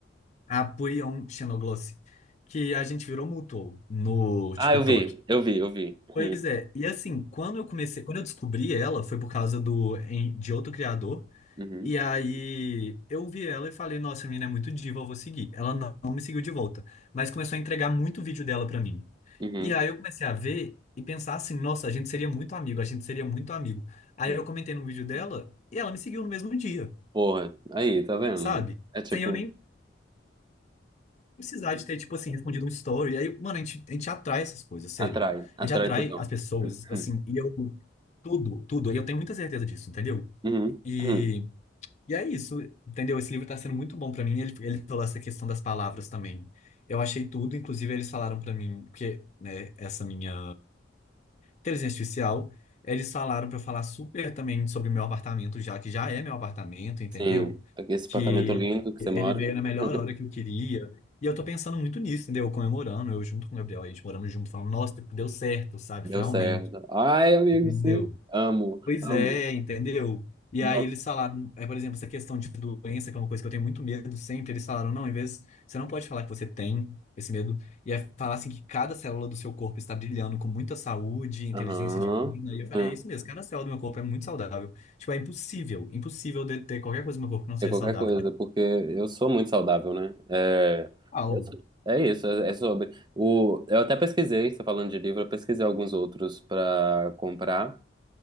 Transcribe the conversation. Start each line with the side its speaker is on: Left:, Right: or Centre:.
Left: a Purion Xenogloss, que a gente virou mutual no
Right: Ah,
Left: TikTok.
Right: eu vi, eu vi, eu vi.
Left: Pois
Right: Uhum.
Left: é, e assim, quando eu comecei, quando eu descobri ela, foi por causa do em- de outro criador.
Right: Uhum.
Left: E aí eu vi ela e falei, nossa, a menina é muito diva, eu vou seguir. Ela não não me seguiu de volta, mas começou a entregar muito vídeo dela pra mim.
Right: Uhum.
Left: E aí eu comecei a ver e pensar assim, nossa, a gente seria muito amigo, a gente seria muito amigo. Aí
Right: Uhum.
Left: eu comentei no vídeo dela e ela me seguiu no mesmo dia,
Right: Porra, aí, tá vendo?
Left: sabe?
Right: É tipo,
Left: Sem eu nem precisar de ter, tipo assim, respondido um story. Aí, mano, a gente, a gente atrai essas coisas, sério.
Right: atrai,
Left: A
Right: atrai
Left: gente atrai
Right: total.
Left: as pessoas, assim,
Right: Uhum.
Left: e eu, tudo, tudo. E eu tenho muita certeza disso, entendeu?
Right: Uhum.
Left: E,
Right: Uhum.
Left: e é isso, entendeu? Esse livro tá sendo muito bom pra mim. Ele, ele falou essa questão das palavras também. Eu achei tudo, inclusive eles falaram pra mim, porque, né, essa minha inteligência artificial, eles falaram para eu falar super também sobre o meu apartamento, já que já é meu apartamento, entendeu?
Right: Sim, aqui esse
Left: Que
Right: apartamento lindo que
Left: ele
Right: você mora.
Left: veio na melhor
Right: <laughs>
Left: hora que eu queria. E eu tô pensando muito nisso, entendeu? Comemorando, eu junto com o Gabriel, a gente morando junto, falando, nossa, tipo, deu certo, sabe?
Right: Deu
Left: Finalmente,
Right: certo. Ai, amigo,
Left: entendeu?
Right: sim. Amo,
Left: Pois
Right: amo.
Left: é, entendeu? E aí
Right: Va-
Left: eles falaram, é, por exemplo, essa questão de doença, que é uma coisa que eu tenho muito medo sempre, eles falaram, não, em vez, você não pode falar que você tem esse medo, e é falar assim que cada célula do seu corpo está brilhando com muita saúde, inteligência
Right: Aham.
Left: divina, e eu falei,
Right: Hum.
Left: é isso mesmo, cada célula do meu corpo é muito saudável. Tipo, é impossível, impossível de ter qualquer coisa no meu corpo que não seja
Right: É qualquer
Left: saudável.
Right: coisa, porque eu sou muito saudável, né? É,
Left: Uau,
Right: eu sou- é isso, é, é sobre. O, eu até pesquisei, você falando de livro, eu pesquisei alguns outros pra comprar.